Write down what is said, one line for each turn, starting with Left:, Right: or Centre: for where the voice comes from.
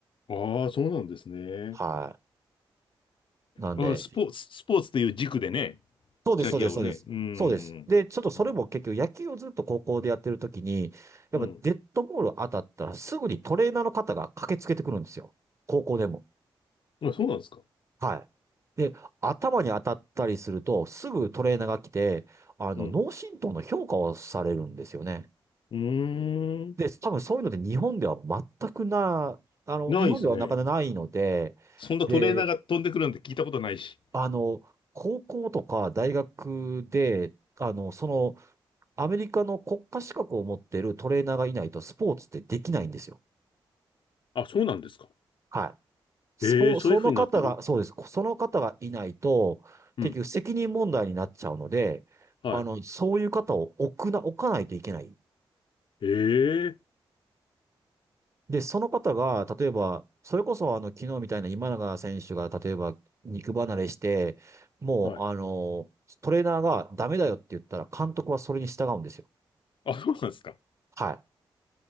Left: ああ、そうなんですね。
Right: はい。なんで、
Left: ああ、スポーツ、スポーツという軸でね、
Right: そうです、
Left: キャリアをね。
Right: そうです、そうです。
Left: うん。
Right: そうです。で、ちょっとそれも結局野球をずっと高校でやってる時に、
Left: うん。
Right: やっぱデッドボール当たったらすぐにトレーナーの方が駆けつけてくるんですよ。
Left: うん。
Right: 高校でも。
Left: あ、そうなんですか。
Right: はい。で、頭に当たったりすると、すぐトレーナーが来て、あの、
Left: うん。
Right: 脳震盪の評価をされるんですよね。
Left: うーん。
Right: で、多分そういうので日本では全くな、あの、
Left: ないですね。
Right: 日本ではなかなかないので、
Left: そんなトレーナーが飛んでくるなんて聞いたことないし。
Right: で、あの、高校とか大学で、あの、その、アメリカの国家資格を持っているトレーナーがいないとスポーツってできないんですよ。
Left: あ、そうなんですか。
Right: はい。スポ、
Left: ええ、そういう風になってる
Right: その方が、そうです。その方がいないと、
Left: うん。
Right: 結局責任問題になっちゃうので、
Left: はい。
Right: あの、そういう方を置くな、置かないといけない。
Left: ええ、
Right: で、その方が、例えば、それこそあの、昨日みたいな今永選手が、例えば、肉離れして、もう、
Left: はい。
Right: あの、トレーナーがダメだよって言ったら、監督はそれに従うんですよ。
Left: あ、そうなんですか。
Right: はい。